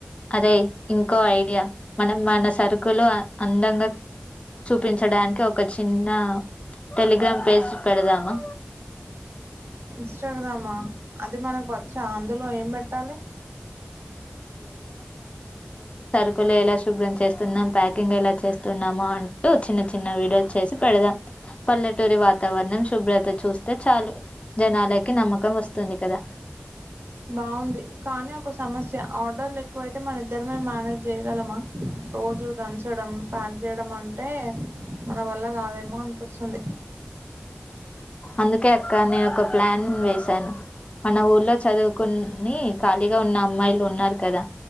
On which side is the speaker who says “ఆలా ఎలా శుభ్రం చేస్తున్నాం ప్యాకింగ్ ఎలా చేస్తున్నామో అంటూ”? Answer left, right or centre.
Left